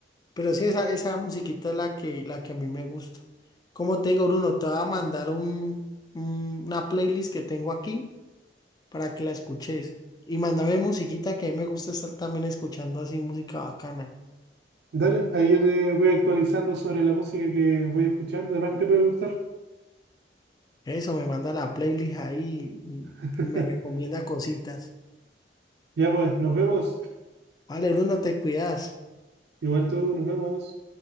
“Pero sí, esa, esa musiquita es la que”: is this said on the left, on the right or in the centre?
Left